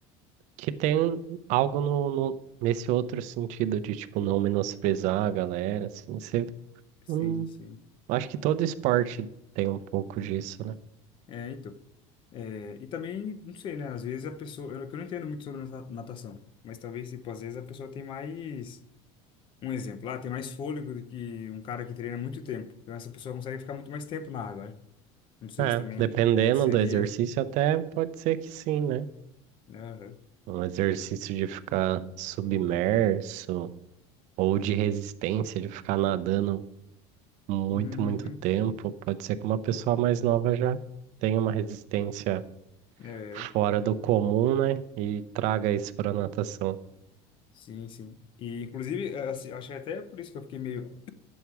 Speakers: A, on the right; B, on the left.
A: que tem algo no, no- nesse outro sentido de, tipo, não menosprezar a galera, assim. Você,
B: Sim,
A: hum,
B: sim.
A: acho que todo esporte tem um pouco disso, né?
B: É, então. É, e também, não sei, né? Às vezes a pessoa. Eu, que eu não entendo muito sobre nata- natação, mas talvez, tipo, às vezes a pessoa tem mais. Um exemplo, lá tem mais fôlego do que um cara que treina muito tempo. Então essa pessoa consegue ficar muito mais tempo na água, né? Não sei
A: É,
B: se também
A: dependendo
B: aconteceria.
A: do exercício, até pode ser que sim, né?
B: né, Aham.
A: Um exercício de ficar submerso ou de resistência, de ficar nadando muito,
B: Uhum.
A: muito tempo. Pode ser que uma pessoa mais nova já tenha uma resistência
B: É,
A: fora do comum, né? E traga isso para natação.
B: sim, sim. E, inclusive, é, assim, eu acho que é até por isso que eu fiquei meio